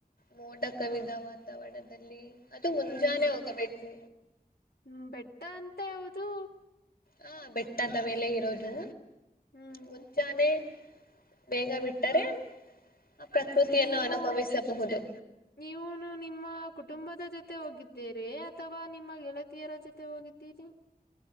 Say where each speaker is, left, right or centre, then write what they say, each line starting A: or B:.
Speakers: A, on the left (about 65°); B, on the left (about 80°).
A: ಮೋಡ ಕವಿದ ವಾತಾವರಣದಲ್ಲಿ ಅದು ಮುಂಜಾನೆ
B: ಹ್ಮ್
A: ಹೋಗಬೇಕು
B: ಹ್ಮ ಬೆಟ್ಟ ಅಂತೆ ಹೌದು.
A: ಹ ಬೆಟ್ಟದ ಮೇಲೆ ಇರೋದು.
B: ಹ್ಮ್
A: ಮುಂಜಾನೆ ಬೇಗ ಬಿಟ್ಟರೆ ಆ ಪ್ರಕೃತಿಯನ್ನು
B: ನೀವು
A: ಅನುಭವಿಸಬಹುದು
B: ನೀವುನು ನಿಮ್ಮ ಕುಟುಂಬದ ಜೊತೆ ಹೋಗಿದ್ದೀರಿ ಅಥವಾ ನಿಮ್ಮ ಗೆಳತಿಯರ ಜೊತೆ ಹೋಗಿದ್ದೀರಿ?